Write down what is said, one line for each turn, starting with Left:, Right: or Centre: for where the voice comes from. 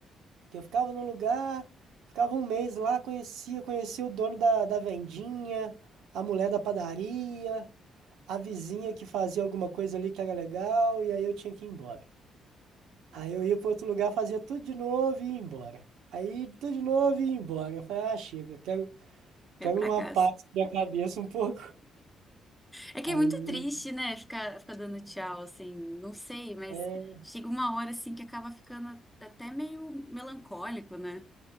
Right: Que eu ficava no lugar, ficava um mês lá, conhecia, conhecia o dono da, da vendinha, a mulher da padaria, a vizinha que fazia alguma coisa ali que era legal, e aí eu tinha que ir embora. Aí eu ia para outro lugar, fazia tudo de novo e ia embora. Aí tudo de novo e ia embora. Eu falei, ah, chega, quero. Quebra
Centre: é pra
Right: uma
Centre: cá.
Right: parte da minha cabeça um pouco.
Centre: É que
Right: Aí
Centre: é muito triste, né? Ficar, ficar dando tchau, assim, não sei, mas
Right: é.
Centre: chega uma hora, assim, que acaba ficando até meio melancólico, né?